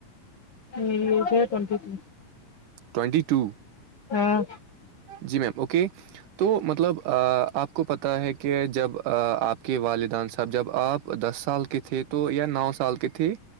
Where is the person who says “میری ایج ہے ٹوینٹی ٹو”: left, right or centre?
Left